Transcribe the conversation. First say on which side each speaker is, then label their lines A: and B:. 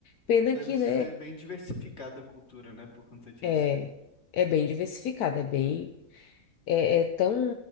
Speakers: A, on the left; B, on the left.
A: Pena
B: Deve
A: que,
B: ser
A: né,
B: bem diversificada a cultura, né? Por conta disso.
A: é, é bem diversificado, é bem, é, é tão,